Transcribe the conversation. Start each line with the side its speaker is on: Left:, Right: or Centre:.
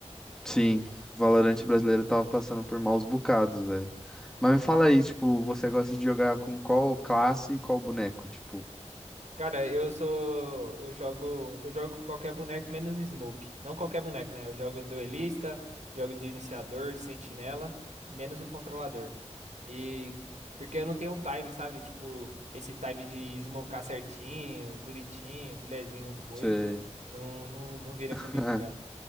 Centre: sim, o Valorante brasileiro tava passando por maus bocados, velho. Mas me fala aí, tipo, você gosta de jogar com qual classe e qual boneco? Tipo,
Right: Cara, eu sou. Eu jogo. Eu jogo com qualquer boneco menos Smoke. Não qualquer boneco, né? Eu jogo duelista, jogo de iniciador, sentinela, e menos o controlador. E. Porque eu não tenho um time, sabe? Tipo, esse time de smocar certinho, bonitinho, filezinho do boi.
Centre: você.
Right: Não, não, não vira
Centre: <laughs>
Right: comigo, cara.